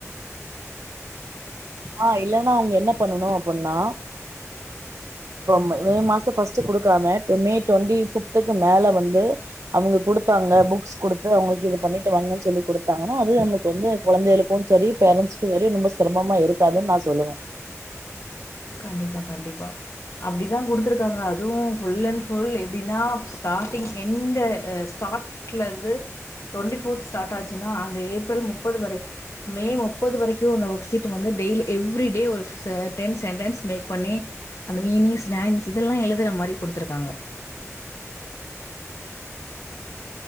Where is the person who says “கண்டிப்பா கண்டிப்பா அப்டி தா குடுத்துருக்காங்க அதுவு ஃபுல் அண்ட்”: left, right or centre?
Left